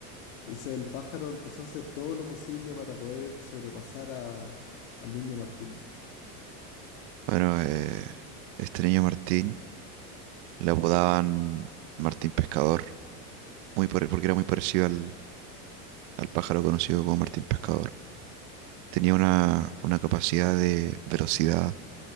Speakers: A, on the left; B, on the right.
A: Entonces el pájaro empezó a hacer todo lo posible para poder sobrepasar a- al niño Martín.
B: Bueno, eh, este niño Martín le apodaban Martín Pescador, muy pare- porque era muy parecido al, al pájaro conocido como Martín Pescador. Tenía una, una capacidad de velocidad